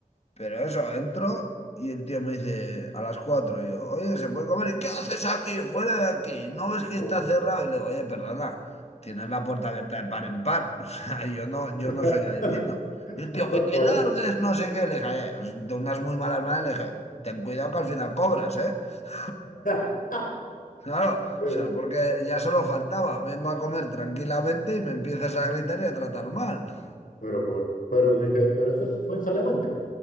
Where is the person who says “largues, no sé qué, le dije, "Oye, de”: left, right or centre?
Left